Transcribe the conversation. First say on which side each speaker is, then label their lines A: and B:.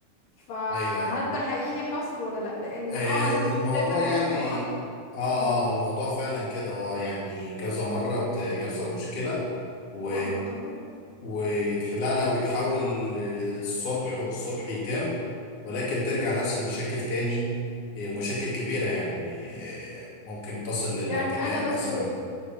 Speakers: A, on the left; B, on the left.
A: فهل
B: ايوه ايوه
A: ده حقيقي حاصل ولا لا لان
B: آه،
A: اه هي
B: الموضوع
A: تقدر تاخد
B: يعني
A: حقوقها
B: اه
A: مم.
B: اه الموضوع فعلا كده هو يعني كذا مرة ت- يحصل مشكلة و
A: حقوقها بالقانون
B: ويتحلق لا ويتحول
A: آه.
B: للصلح والصلح يتم ولكن ترجع نفس المشاكل تاني آه، ومشاكل كبيرة يعني آه، ممكن تصل للاعتداء
A: يعني انا بس
B: مثلا